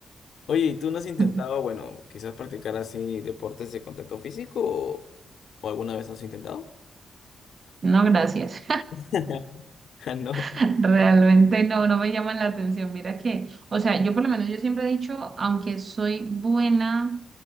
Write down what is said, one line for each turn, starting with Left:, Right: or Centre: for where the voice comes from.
Left: Oye, ¿y tú no has intentado,
Right: <laughs>
Left: bueno, quizás practicar así deportes de contacto físico o, o alguna vez no has intentado?
Right: No, gracias.
Left: <laughs> Ah, no.
Right: <laughs> Realmente no, no me llaman la atención. Mira que, o sea, yo por lo menos yo siempre he dicho, aunque soy buena